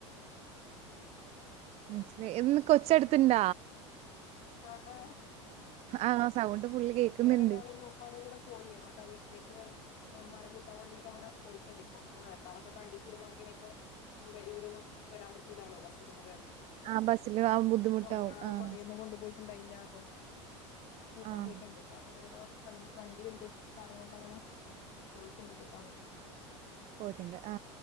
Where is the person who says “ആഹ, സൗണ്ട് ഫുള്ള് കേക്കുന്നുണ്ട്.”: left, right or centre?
Right